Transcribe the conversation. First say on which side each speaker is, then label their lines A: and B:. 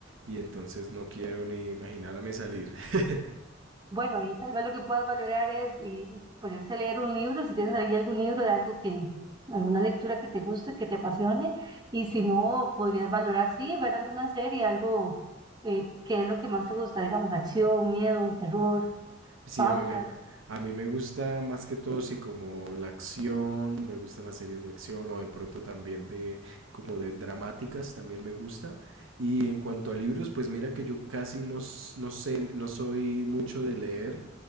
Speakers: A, on the right; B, on the right.
A: y entonces no quiero ni imaginarme salir. <laughs>
B: Bueno, ahí tal vez lo que puedas valorar es eh, ponerse a leer un libro, si tienes ahí algún libro de algo que, alguna lectura que te guste, que te apasione, y si no, podrías valorar, sí, ver alguna serie, algo eh, que es lo que más te gusta, digamos, acción, miedo, terror,
A: Sí,
B: paulas,
A: a mí me, a mí me gusta más que todo, sí, como la acción, me gustan las series de acción o de pronto también de como de dramáticas, también me gusta. Y en cuanto a libros, pues mira que yo casi no, s- no sé, no soy mucho de leer,